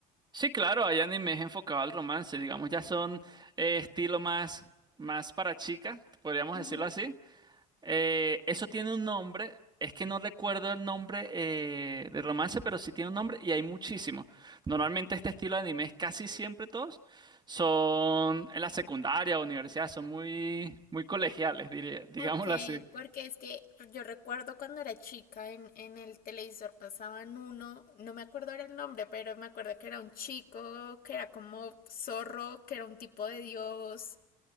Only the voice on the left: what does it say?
Ujú.
Ok,
porque es que yo recuerdo cuando era chica en, en el televisor pasaban uno, no me acuerdo ahora el nombre, pero me acuerdo que era un chico, que era como zorro, que era un tipo de dios,